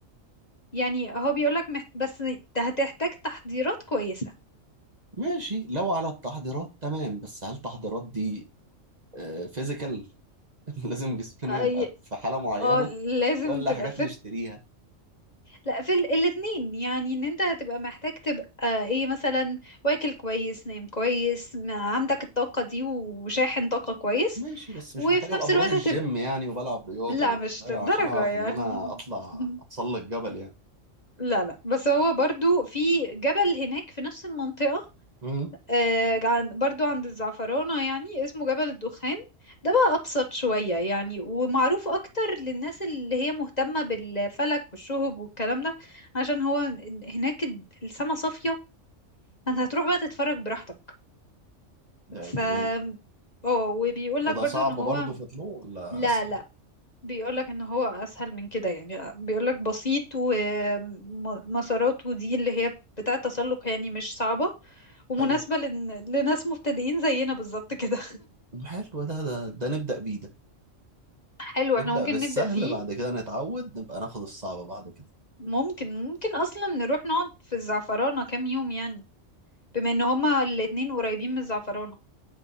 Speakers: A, on the left; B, on the right.
A: يعني هو بيقولك محت... بس هتحتاج تحضيرات كويسة
B: ماشي لو على التحضيرات تمام بس هل التحضيرات دي فيزيكال <laughs> لازم جسمنا
A: أي...
B: يبقى في حالة معينة
A: اه لازم
B: ولا
A: تبقى
B: حاجات
A: fit
B: نشتريها
A: لا في ال- الاتنين يعني ان انت هتبقى محتاج تبقى ايه مثلا واكل كويس نايم كويس ما عندك الطاقة دي وشاحن طاقة كويس
B: ماشي بس مش
A: وفي
B: محتاج ابقى
A: نفس
B: بروح
A: الوقت
B: الجيم
A: هتبقى
B: يعني وبلعب رياضة
A: لا
B: وبتاع
A: مش للدرجة
B: عشان اعرف
A: يعني
B: ان انا اطلع
A: <laughs>
B: اتسلق جبل يعني
A: لا لا بس هو برضو في جبل هناك في نفس المنطقة
B: مم.
A: آه، عن برضو عند الزعفرانة يعني اسمه جبل الدخان ده بقى أبسط شوية يعني ومعروف أكتر للناس اللي هي مهتمة بالفلك والشهب والكلام ده عشان هو هناك السما صافية فأنت هتروح بقى تتفرج براحتك
B: ده
A: ف
B: جميل
A: اه وبيقول
B: وده
A: لك برضو
B: صعب
A: ان هو
B: برضه فطلوع ولا
A: لا
B: اسهل
A: لا بيقولك ان هو اسهل من كده يعني بيقولك بسيط ومسارات ودي اللي هي بتاعة تسلق يعني مش صعبة ومناسبة
B: حلو
A: لن... لناس مبتدئين زينا بالظبط كده
B: حلو ده ده ده نبدأ بيه ده
A: <laughs> حلو
B: نبدأ
A: احنا ممكن
B: بالسهل
A: نبدأ فيه
B: بعد كده نتعود نبقى ناخد الصعب بعد كده
A: ممكن ممكن اصلا نروح نقعد في الزعفرانة كام يوم يعني بما ان هما الاتنين قريبين من الزعفرانة